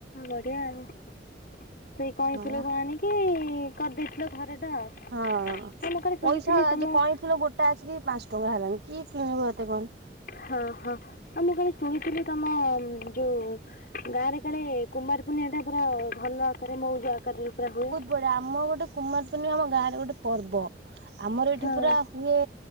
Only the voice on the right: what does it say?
ହଁ
ହଁ
ପଇସା ଆଜି
କଇଁ ଫୁଲ ଗୋଟା ଆସିକି ପାଞ୍ଚ ଟଙ୍କା ହେଲାଣି କିଏ କିଣିବ ଏତେ କହନି।
ପଡ଼ା ଆମ ଗୋଟେ କୁମାର ପୂର୍ଣ୍ଣିମା ଆମ ଗାଁରେ ଗୋଟେ ପର୍ବ ଆମର ଏଠି
ପୁରା ହୁଏ